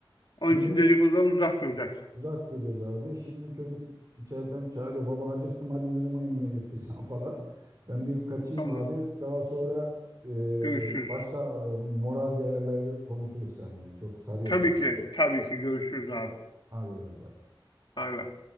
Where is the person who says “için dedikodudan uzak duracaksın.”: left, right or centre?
Left